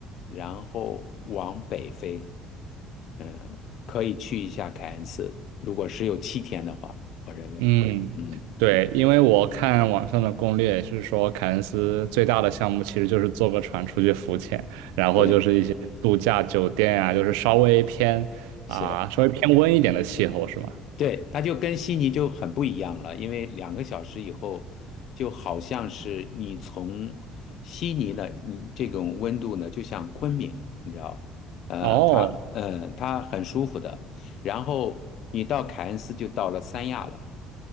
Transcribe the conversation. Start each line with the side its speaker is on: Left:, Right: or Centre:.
Left: 然后往北飞，嗯，可以去一下凯恩斯。如果是有七天的话，我认为，
Right: 嗯，
Left: 嗯，
Right: 对，因为我看网上的攻略也是说，凯恩斯最大的项目其实就是坐个船出去浮潜，然后就是一些度假酒店啊，
Left: 对，
Right: 就是稍微偏啊，
Left: 是。
Right: 稍微偏温一点的气候，是吗？
Left: 对，它就跟悉尼就很不一样了，因为两个小时以后，就好像是你从悉尼呢，你这种温度呢，就像昆明，你知道，呃，
Right: 哦，
Left: 它，呃，它很舒服的。然后你到凯恩斯就到了三亚了，